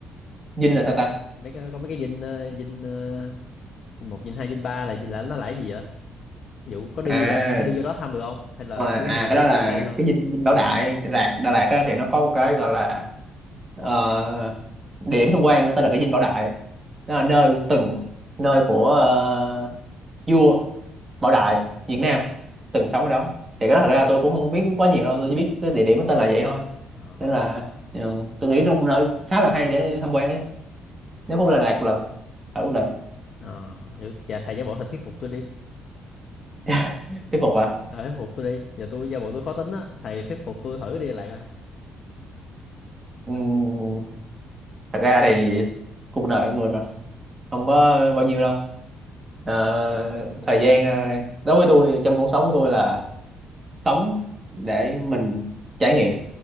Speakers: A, on the right; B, on the left.
A: dinh là sao ta
B: mấy cái có mấy cái dinh ờ, dinh ờ, dinh một dinh hai dinh ba là là nó là cái gì vậy ví dụ có đi
A: à
B: du lịch có đi vô đó thăm được không hay là
A: mà
B: kiểu
A: à
B: nhà
A: cái
B: của
A: đó
B: người
A: là
B: ta xây thôi
A: cái dinh, dinh Bảo Đại Đà Lạt Đà Lạt á, thì nó có một cái gọi là ờ, địa điểm tham quan tên là cái dinh Bảo Đại nó là nơi từng nơi của ờ, vua Bảo Đại Việt Nam từng sống ở đó thì cái đó thật ra tôi cũng không biết quá nhiều đâu tôi chỉ biết cái địa điểm nó tên là vậy thôi
B: Ờ,
A: nên là ừ, tôi nghĩ trong nơi khá là hay để tham quan ấy. nếu Phú lên Đà Lạt một lần ở một lần
B: ờ, vậy cha thầy giáo bộ thầy thuyết phục tôi đi
A: <laughs> thuyết phục
B: Ờ, thuyết phục tôi đi. Giờ tôi giả bộ tôi khó tính á. Thầy thuyết phục tôi thử đi lại coi.
A: à thật ra thì cuộc đời con người mà không có bao nhiêu đâu Ờ, thời gian ờ, đối với tôi trong cuộc sống của tôi là sống để mình trải nghiệm